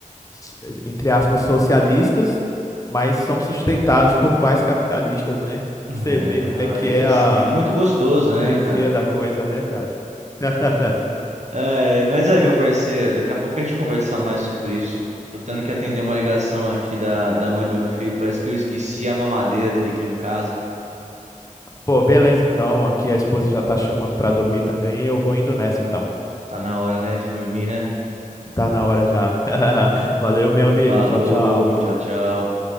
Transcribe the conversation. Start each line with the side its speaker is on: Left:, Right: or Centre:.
Left: s- entre aspas, socialistas, mas são sustentados por pais capitalistas, né?
Right: É,
Left: Você vê como é
Right: aí
Left: que é
Right: assim,
Left: a
Right: é muito gostoso,
Left: hipocrisia
Right: né, cara?
Left: da coisa, né, cara? <laughs>
Right: É, mas aí, meu parceiro, daqui a pouco a gente conversa mais sobre isso. Tô tendo que atender uma ligação aqui da, da mãe do meu filho. Parece que eu esqueci a mamadeira dele aqui em casa.
Left: Pô, beleza então. Aqui a esposa já tá chamando pra dormir também. e Eu vou indo nessa então.
Right: Tá na hora, né, de dormir, né?
Left: Tá na hora já. <laughs> Valeu, meu amigo.
Right: Falou,
Left: Tchau, tchau.
Right: tchau, tchau.